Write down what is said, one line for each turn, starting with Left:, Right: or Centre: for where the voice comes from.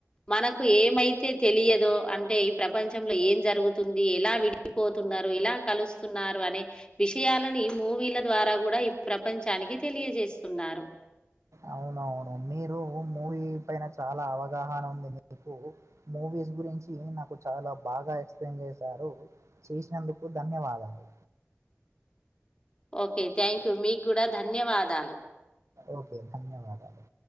Left: మన. ఏమైతే తెలియదో అంటే ఈ ప్రపంచంలో ఏం జరుగుతుంది ఎలా విడిపోతున్నారు ఇలా కలుస్తున్నారు అనే విషయాలని ఈ మూవీల ద్వారా గూడా ఈ ప్రపంచానికి తెలియజేస్తున్నారు.
Right: అవును అవును మీరు మూవీ పైన చాలా అవగాహన ఉంది మీకు మూవీస్ గురించి నాకు చాలా బాగా ఎ. క్స్పెయ్న్ జేశారు చేసినందుకు కు ధన్యవాదాలు
Left: ఒకే థ్యాంక్ యూ మీక్ గూడా ధన్యవాదాలు.
Right: ఓకే ధన్యవాదాలు.